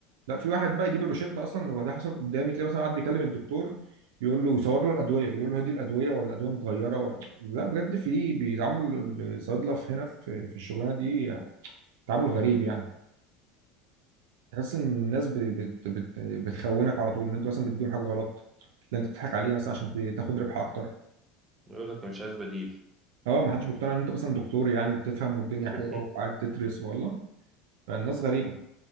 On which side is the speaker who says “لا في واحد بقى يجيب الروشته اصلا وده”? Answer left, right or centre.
Right